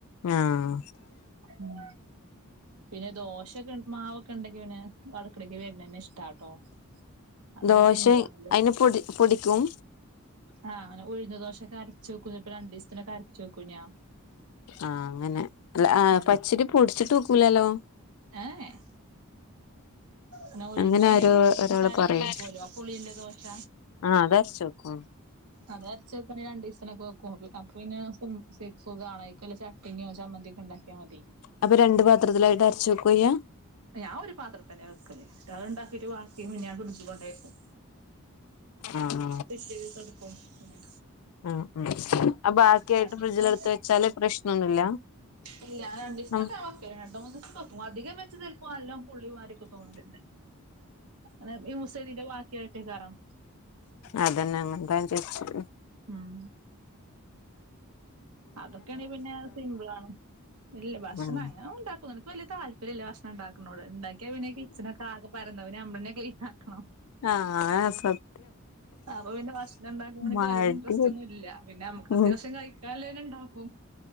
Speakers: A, on the left (about 80°); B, on the right (about 85°).
A: ആഹ്
B: ഉം പിന്നെ ദോശൊക്കെ ഇണ്ട് മാവൊക്കെ ഇണ്ടെങ്കി പിനെ അടുക്കളെക്ക് വെര്ണെന്നെ ഇഷ്ടാട്ടോ അത് പിന്നെ
A: ദോശേം
B: സിമ്പിളാണല്ലോ
A: അയിന് പൊടി പൊടിക്കും
B: ആഹ് അങ്ങനെ ഉഴുന്ന് ദോശക്കരച്ച് വെക്കും ചെൽപ്പൊ രണ്ടീസത്തിനൊക്കെ അരച്ചു വെക്കും ഞാൻ
A: ആഹ് അങ്ങനെ അല്ല ആ
B: ഉം
A: പച്ചരി പൊട്ച്ചിട്ട് വെക്കൂലല്ലോ
B: ഏ ഏഹ് ഇങ്ങനെ ഉഴുന്നും
A: അങ്ങനെ ആരോ
B: ഇതൊക്കെട്ടരച്ച്
A: ഒരാള് പറയും
B: വെക്കോല്ലോ ആ പുളിയുള്ള ദോശ
A: ആഹ് അരച്ച് വെക്കും
B: അത് അരച്ച് വെക്കാണെ രണ്ടീസതിനൊക്കെ വെക്കും അപ്പ പിന്നെ സിം സുഖാണേയ് അയ്ക്കും ഇല്ലെ ചാ ട്ടിന്നോ ആ ചമ്മന്തിയൊ ഒക്കെ ഉണ്ടാക്കിയാ മതി
A: അപ്പം രണ്ട് പാത്രത്തിലായിട്ട് അരച്ചു വെക്കുവേ ഇയ്യ്
B: ഞാൻ ഒരു പാത്രതെന്ന വെക്കല് അത് ഇണ്ടാക്കീട്ട് വാക്കി പിന്ന ഞാൻ ഫ്രഡ്ജ് കൊണ്ടോയെക്കും
A: ആഹ്
B: പിറ്റേദിവസം എടുക്കും പിന്നെ
A: ആഹ് ആഹ് ആത് ബാക്കിയായിട്ട്
B: കണ്ടിട്ട്
A: ഫ്രിഡ്ജിലെടുത്ത് വെച്ചാല് പ്രശ്നൊന്നുല്ല
B: ഇല്ല രണ്ടീസൊക്കെ
A: ഉം
B: ഞാൻ വക്കല് രണ്ട് മൂന്നീസൊക്കെ വെക്കും അധികം വെച്ച ചെലപ്പം നല്ലോം പുളിമാര്യൊക്കെ തോന്നല്ണ്ട് അങ്ങനെ യൂസെയ്തീൻ്റെ വാക്കിയായിട്ടേകാരം
A: അതന്നെ അങ്ങനതാ ഞാൻ ചോയിച്ചേ
B: ഉം അതൊക്കെയാണെങ്കി പിന്നെ സിംമ്പിളാണ് ഇല്ല ഭക്ഷണം
A: ഉം
B: അങ്ങനൊന്നും ഈണ്ടാക്കൊന്നുല്ല ഇൻക് വെല്ല്യതാൽപര്യല്ല ഭക്ഷണംണ്ടാക്ണത് ഇണ്ടാകിയാ പിന്നെ കിച്ചണൊക്കാ ആകെ പരന്നോവും പിന് നനെമ്മളെന്നെ ക്ലീനാകണം
A: ആഹ് ആഹ് നസം
B: അപ്പം പിന്നെ ഭക്ഷണം ഇണ്ടാക്കൽനോട് ഇൻക്ക്
A: മടി
B: വല്ല്യ ഇൻട്രെസ്റ്റൊന്നുല്ല പിന്നെ അമക്ക് അത്യാവശ്യം
A: ഉം
B: കയിക്കാല്ലെന്നെ ഇണ്ടാക്കും